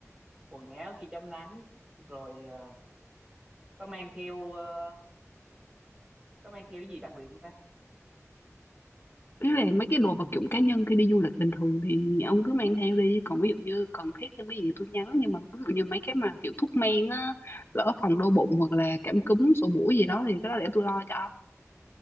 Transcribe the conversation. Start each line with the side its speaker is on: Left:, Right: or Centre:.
Right: quần áo khi chống nắng rồi à, có mang theo ờ, có mang theo cái gì đặc biệt không ta
Left: Ý là mấy cái đồ vật dụng cá nhân khi đi du lịch bình thường thì ông cứ mang theo đi. Còn ví dụ như cần thiết thêm cái gì tôi nhắn. Nhưng mà ví dụ như mấy cái mà kiểu thuốc men á, lỡ phòng đau bụng hoặc là cảm cúm, sổ mũi gì đó thì cái đó để tôi lo cho.